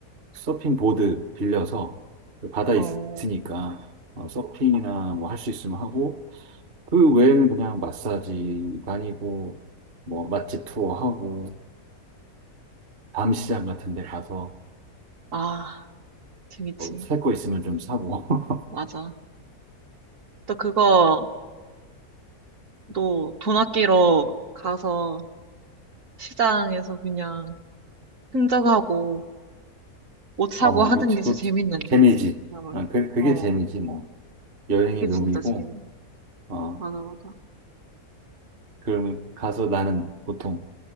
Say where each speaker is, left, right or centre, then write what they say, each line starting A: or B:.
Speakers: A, on the right; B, on the right.
A: 서핑 보드 빌려서 그 바다
B: 어,
A: 있- 으니까 어, 서핑이나 뭐 할 수 있으면 하고 그 외에는 그냥 마사지 다니고 뭐 맛집 투어 하고 밤시장 같은 데 가서
B: 아, 재밌지.
A: 그뭐살거 있으면 좀 사고 <laughs>
B: 맞아. 또 그거, 너 돈 아끼러 가서 시장에서 그냥 흥정하고 옷 사고
A: 어,
B: 하는
A: 그렇지.
B: 게
A: 그것도
B: 제일 재밌는데.
A: 재미지.
B: 그 사람을.
A: 아, 그, 그게
B: 어,
A: 재미지, 뭐. 여행의
B: 그게
A: 묘미고,
B: 진짜 재밌.
A: 어,
B: 맞아, 맞아.
A: 그럼 가서 나는 보통,